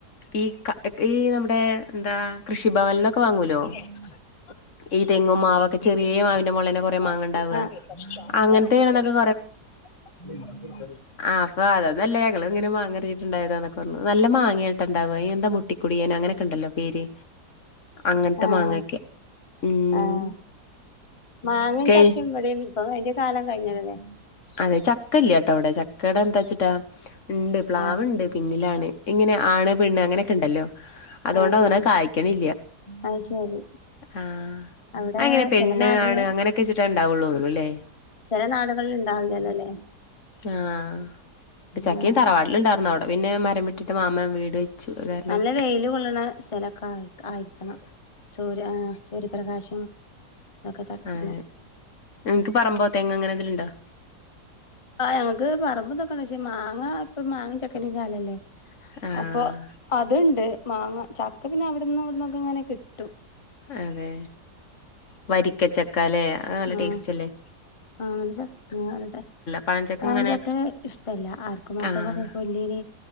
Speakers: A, on the left; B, on the left.
A: ഈ ക്ക ഈ നമ്മുടെ എന്താ കൃഷി ഭവനിന്നൊക്കെ വാങ്ങൂലോ
B: ഉ <inaudible>
A: ഈ തെങ്ങും മാവൊക്കെ ചെറിയ മാവിന്റെ മോളിലന്നെ കൊറേ മാങ്ങ ഉണ്ടാവുക
B: <inaudible>
A: അങ്ങനത്തെ വേണന്നൊക്കെ ആഹ് അപ്പ അതന്നല്ല ഞങ്ങള് ഇങ്ങനെ മാങ്ങ എറിഞ്ഞിട്ടുഇണ്ടാതനൊക്കെ പറഞ്ഞു നല്ല മാ ങ്ങട്ട ണ്ടാവ എന്താ മുട്ടികുടിയനോ അങ്ങനൊക്കെ ഉണ്ടല്ലോ പേര് അങ്ങനത്തെ
B: ആഹ്
A: മാങ്ങൊക്കെ ഉം
B: ആഹ് മാങ്ങേ
A: കഴി
B: ചക്കേം ഇവിടെയാണ് അപ്പൊ അതിന്റെ കാലം കഴിഞ്ഞതല്ലേ
A: അതെ ചക്കയില്ലാട്ടോ ഇവിടെ ചക്കടെ എന്താച്ചിട്ടാ ഇണ്ട് പ്ലാവ്ണ്ട്
B: ആഹ്
A: പിൻ ന്നിലാണ് ഇങ്ങനെ ആണ് പെണ്ണ് അങ്ങനെയൊക്കെ ഇണ്ടല്ലോ അതുകൊണ്ടാ
B: ആഹ്
A: തോനണ്
B: ആഹ്
A: അത് കായ്ക്കണില്ലാ
B: അത് ശരി
A: ആഹ്
B: അവിടെ
A: അത് അങ്ങനെ പെണ്ണ്
B: ചില നാടില്
A: ആണ് അങ്ങനെയൊക്കെച്ചിട്ടാ ഇണ്ടാവുള്ളൂന്ന് തോനണൂല്ലേ
B: ചെല നാടുകളിൽ ഇണ്ടാവൂലല്ലോലേ
A: ആഹ് ഉം ചക്കയും
B: ആഹ്
A: തറവാടില് ഇണ്ടാർന്നു അവിടെ പിന്നെ മരം വെട്ട് വെട്ടിട്ട് മാമൻ വീട് വെച്ചു അത് കാരണം
B: നല്ല വെയില് കൊള്ളണ സ്ഥലൊക്കെ ആയി ആയിരിക്കണം സൂര്യ ആഹ് സൂര്യപ്രകാശം ഇതൊക്കെ തട്ടുന്ന
A: അങ്ങനെ ഇങ്ങക്ക് പറമ്പോ തെങ്ങോ അങ്ങനെ എന്തെലും ഉണ്ടോ?
B: ആഹ് ഞങ്ങക്ക് പറമ്പും ഇതൊക്കെണ്ട് പക്ഷേ മാങ്ങാ ഇപ്പൊ മാങ്ങ ചക്കൻ്റെ കാലല്ലേ
A: ആഹ്
B: അപ്പൊ അതുണ്ട് മാങ്ങ ചക്ക പിന്നെ അവിടുന്നും ഇവിടുന്നൊക്കെ ഇങ്ങനെ കിട്ടും
A: അതെ വരിക്കച്ചക്കാല്ലേ അത് നല്ല
B: ആഹ്
A: ടേസ്റ്റല്ലേ
B: ആഹ് ചക്ക് <unintelligible>
A: പഴഞ്ചക്ക
B: പഴം
A: ഇങ്ങനെ
B: ചക്ക ഇഷ്ട്ടല്ല ആർക്കും മക്കക്കൊക്കെ
A: ആഹ്
B: കൊല്ലീല്